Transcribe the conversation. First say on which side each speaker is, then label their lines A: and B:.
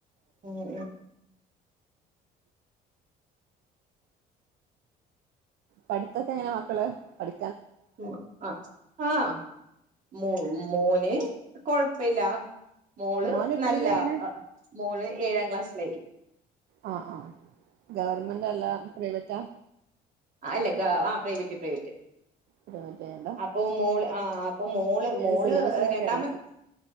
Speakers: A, on the right; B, on the right.
A: ഉം ഉം
B: പഠിത്തൊക്കെ എങ്ങനെ മക്കള് പഠി
A: ഉം ആ ആഹ് മു മ് മോന് കൊഴപ്പില്ല മോള്
B: മോൻ എത്രയിലാണ്
A: നല്ല മോള് ഏഴാം ക്ലാസ്സിലായി
B: ആഹ് ആഹ് ഗവർമെന്റ് അല്ല പ്രൈവെറ്റാ
A: ആ അല്ല ആ പ്രൈവറ്റ് പ്രൈവറ്റ്
B: പ്രൈവറ്റ് ഏതാ
A: അപ്പൊ മോള് ആ അപ്പൊ മോള്
B: ഏത്
A: മോള്
B: സിലബസ് ഏതാ
A: രണ്ടാമത്തെ
B: കേരള സിലബസ്